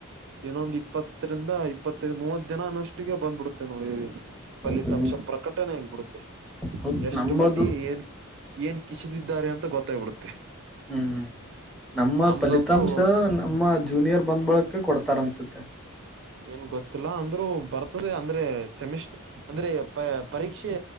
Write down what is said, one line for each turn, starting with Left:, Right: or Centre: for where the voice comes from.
Right: ಇನ್ನೊಂದ್ ಇಪ್ಪತ್ರಿಂದ, ಇಪ್ಪತ್ತೈದು ಮೂವತ್ ದಿನ ಅನ್ನಷ್ ಟ್ಟಿಗೆ ಬಂದ್ಬಿಡುತ್ತೆ ನೋಡಿ ಫಲಿತಾಂಶ
Centre: ಹ್ಮ್
Right: ಪ್ರಕಟಣೆ ಆಗ್ಬಿಡುತ್ತೆ.
Centre: ಹೌದು
Right: ಎಷ್ಟು
Centre: ನಮ್ಮದು
Right: ಮಂದಿ ಏನ್ ಏನ್ ಕಿಸಿದಿದ್ದಾರೆ ಅಂತ ಗೊತ್ತಾಗ್ಬಿಡುತ್ತೆ.
Centre: ಹ್ಮ ನಮ್ಮ
Right: ನಮ್ದಂತ್ರು
Centre: ಫಲಿತಾಂಶ ನಮ್ಮ ಜೂನಿಯರ್ ಬಂದ್ ಬಳ್ಕೆ ಕೊಡ್ತರನ್ಸುತ್ತೆ.
Right: ಏನ್ ಗೊತ್ತಿಲ್ಲ ಅಂದ್ರು ಬರ್ತದೆ ಅಂದ್ರೆ ಸೆಮಿಸ್ಟ್, ಅಂದ್ರೆ ಪ ಪರೀಕ್ಷೆ.